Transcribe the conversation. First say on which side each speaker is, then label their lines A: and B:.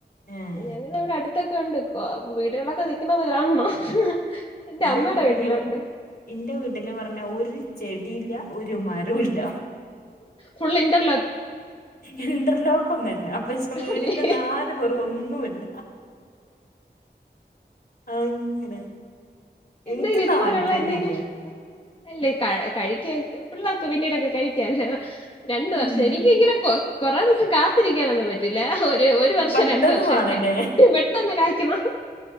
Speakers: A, on the left (about 60°); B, on the left (about 30°).
A: ഏഹ്
B: ഞങ്ങള വടെ അട്ത്തൊക്കെ ഉണ്ട് വീടുകളിലൊക്കെ നിക്കണത് കാണണം. എന്റെ
A: ഇന്റെ
B: അമ്മയുടെ
A: വീട്ടില്
B: വീട്ടിലുണ്ട്
A: ഇന്റെ വീട്ടില് പറഞ്ഞ ഒര് ചെടീല്ല ഒര് മരു ല്ല.
B: ഫുൾ ഇന്റർ
A: ഇന്റർലോക്കൊന്ന മിസ് വീടിന്റെ
B: അല്ലേ
A: നാല് പൊറും ഒന്നുല്ല അങ്ങനെ എനിക്ക്
B: എന്തെങ്കിലും ഇതുപോലുള്ള
A: താല്പര്യല്ല
B: എന്തെങ്കിലും അല്ലേ കഴി കഴിക്കേക്കും പിള്ളേർക്ക് പിന്നീടൊക്കെ കഴിക്ക്യാല്ലോ രണ്ട്
A: ഉം
B: വർഷായി എനിക്ക് ഇങ്ങനെ കൊ കൊറേ ദിവസം കാത്തിരിക്കാനൊന്നും പറ്റില്ല ഒ ര് ഒരു വർഷോ
A: പെട്ടെന്ന്
B: രണ്ട് വർഷൊക്കെ
A: വേണല്ലേ
B: പെട്ടെന്ന് കായ്ക്കണം